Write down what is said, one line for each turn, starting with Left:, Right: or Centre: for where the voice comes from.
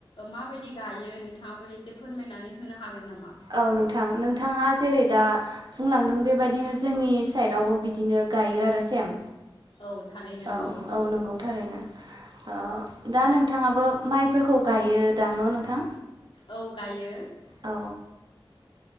Left: माबायदि गायो नोंथाङाबो एसे फोरमायनानै होनो हागोन नामा?
Right: औ नोंथां नोंथाङा जेरै दा बुंलांदों बेबायदिनो जोंनि साइदआवबो बिदिनो गायो आरो सेम
Left: औ थारैनो नंगौ
Right: औ औ नंगौ थारैनो ओ दा नोंथाङाबो माइफोरखौ गायोदां न नोंथां
Left: औ गायो
Right: औ